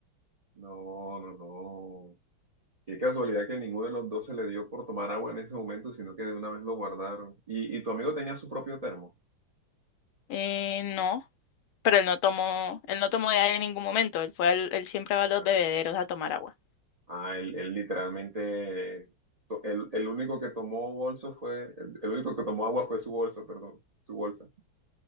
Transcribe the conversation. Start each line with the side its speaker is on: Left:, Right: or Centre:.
Right: No, no, no. Qué casualidad que ninguno de los dos se le dio por tomar agua en ese momento, sino que de una vez lo guardaron. ¿Y, y tu amigo tenía su propio termo?
Left: Eh, no, pero él no tomó, él no tomó de ahí en ningún momento. Él fue al- él siempre va a los
Right: Ah,
Left: bebederos a tomar agua.
Right: Ah, él, él literalmente, to- el, el único que tomó bolso fue, el, el único que tomó agua fue su bolso, perdón, su bolsa,